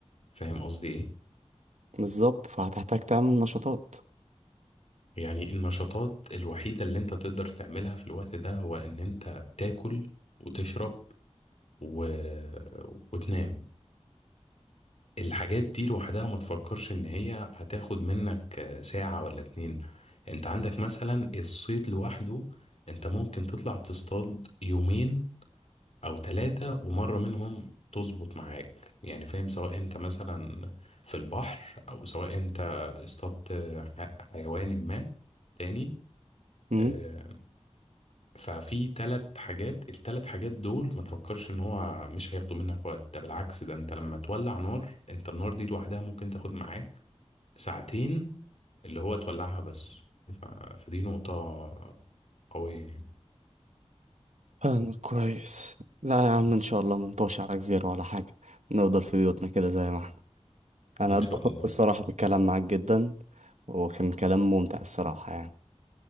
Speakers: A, on the left; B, on the right.
A: فاهم قصدي ايه
B: بالظبط فهتحتاج تعمل نشاطات
A: يعني النشاطات الوحيدة اللي انت تقدر تعملها في الوقت ده هو ان انت تاكل وتشرب و... وتنام الحاجات دي لوحدها ما تفكرش ان هي هتاخد منك آه، ساعة ولا اتنين انت عندك مثلا الصيد لوحده انت ممكن تطلع تصطاد يومين او ثلاثة ومرة منهم تظبط معاك يعني فاهم سواء انت مثلا في البحر او سواء انت اصطادت ح- حيوان ما تاني
B: امم
A: آه، ففي ثلاث حاجات الثلاث حاجات دول ما تفكرش ان هو مش هياخدوا منك وقت ده بالعكس ده انت لما تولع نار انت النار دي لوحدها ممكن تاخد معاك ساعتين اللي هو تولعها بس ف... فدي نقطة قوية يعني
B: فاهمك كويس لا يا عم ان شاء الله منطوش على جزيرة ولا حاجة نفضل في بيوتنا كده زي ما احنا انا
A: إن
B: اتبسطت
A: شاء الله
B: الصراحة
A: يعني.
B: بالكلام معاك جدا وكان كلام ممتع الصراحة يعني